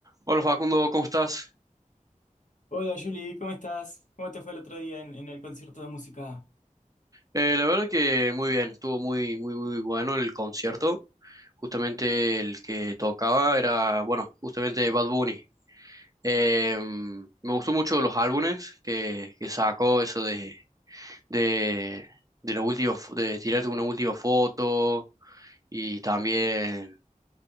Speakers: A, on the right (about 25°); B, on the left (about 65°).
A: Hola Facundo, ¿cómo estás?
B: Hola Julie, ¿cómo estás? ¿Cómo te fue el otro día en, en el concierto de música?
A: Eh, la verdad que muy bien, estuvo muy, muy, muy bueno el concierto. Justamente el que tocaba era, bueno, justamente Bad Bunny. Eh, me gustó mucho los álbumes que, que sacó, eso de, de, de la última, fo- de tirarte una última foto y también,